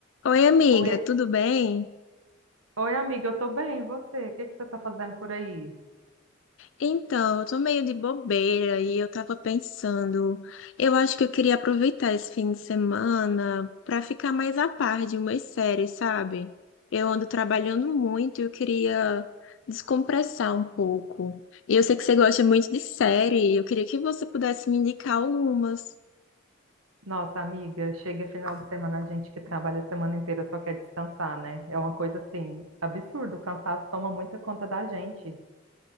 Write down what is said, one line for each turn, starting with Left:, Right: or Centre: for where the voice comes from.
Left: Oi, amiga,
Right: Oi,
Left: tudo bem?
Right: oi, amiga, eu tô bem, e você? O que que você tá fazendo por aí?
Left: Então, eu tô meio de bobeira e eu tava pensando, eu acho que eu queria aproveitar esse fim de semana pra ficar mais a par de umas séries, sabe? Eu ando trabalhando muito e eu queria descompressar um pouco. E eu sei que você gosta muito de série, e eu queria que você pudesse me indicar algumas.
Right: Nossa, amiga, chega final de semana, a gente que trabalha a semana inteira só quer descansar, né? É uma coisa assim, absurdo, o cansaço toma muita conta da gente.